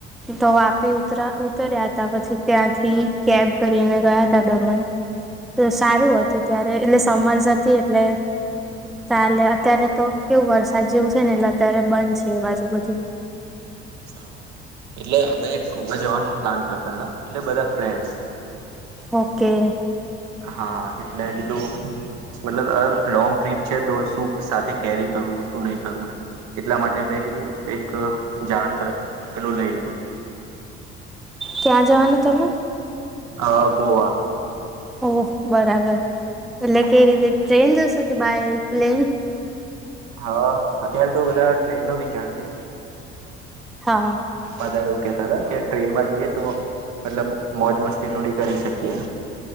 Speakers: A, in the centre; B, on the right (about 55°).
A: તો વાપી ઉતરા ઉતર્યા હતા પછી ત્યાંથી કેપ કરીને ગયા તા દમન <inaudible> સારું હતું ત્યારે એટલે સમર એટલે ચાલે અત્યારે તો કેવું વરસાદ જેવું છે ને એટલે અત્યારે બંધ છે એ બાજુ બધું
B: અચ્છા એટલે અમે ગોવા જવાનું પ્લાન કરતા હતા એટલે બધા ફ્રેન્ડ્સ
A: ઓકે
B: હા એટલે કીધું મતલબ લોંગ ટ્રીપ છે તો શું સાથે કેરી કરવું શું નહી કરવું એમ એટલા માટે મેં કીધું એક જાણ તો પેલુ લઈ લેમ એમ
A: ક્યાં જવાનું તમે
B: હા પોવા
A: ઓ બરાબર એટલે કેવી
B: હા
A: રીતે ટ્રેન જશે કે બાય પ્લેન
B: હા અત્યારે તો બધા ટ્રેનનો વિચાર છે.
A: હા
B: બધા એવું કેતા હતા ટ્રેનમાં જઈએ તો મતલબ મોજ મસ્તી થોડી કરી શકીએ એમ